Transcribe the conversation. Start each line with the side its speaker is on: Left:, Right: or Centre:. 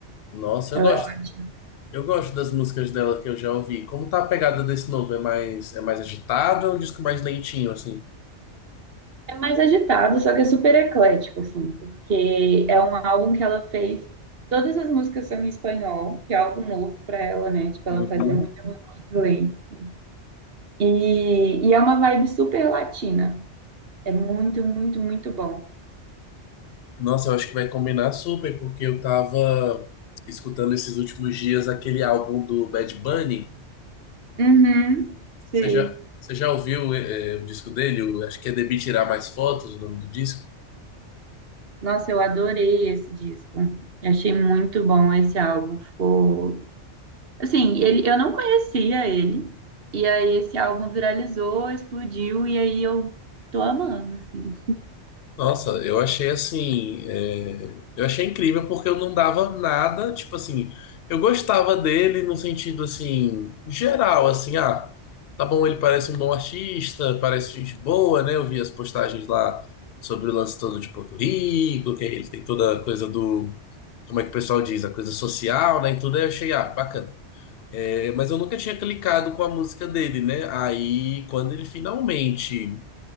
Left: Nossa,
Right: Ela
Left: eu gosto.
Right: é ótima.
Left: Eu gosto das músicas dela que eu já ouvi. Como tá a pegada desse novo? É mais, é mais agitado ou é um disco mais lentinho, assim?
Right: É mais agitado, só que é super eclético, assim, porque é um álbum que ela fez. Todas as músicas são em espanhol, que é algo novo para ela, né? Tipo,
Left: Uhum.
Right: ela fazia muita música em inglês. assim. E, e é uma vibe super latina. É muito, muito, muito bom.
Left: Nossa, eu acho que vai combinar super, porque eu tava escutando esses últimos dias aquele álbum do Bad Bunny.
Right: Uhum, sei.
Left: Você já, você já ouviu, eh, o disco dele? O- acho que é Debir Tirar Mais Fotos, o nome do disco.
Right: Nossa, eu adorei esse disco. Eu Achei muito bom esse álbum. Ficou. Assim, ele, eu não conhecia ele. E aí esse álbum viralizou, explodiu, e aí eu tô amando, assim.
Left: Nossa, eu achei assim, é, eu achei incrível porque eu não dava nada, tipo assim, eu gostava dele no sentido assim, geral, assim, ah, tá bom, ele parece um bom artista, parece gente boa, né? Eu vi as postagens lá sobre o lance todo de Porto Rico, que ele tem toda a coisa do, como é que o pessoal diz, a coisa social, né? E tudo, aí eu achei, ah, bacana. É, mas eu nunca tinha clicado com a música dele, né? Aí, quando ele finalmente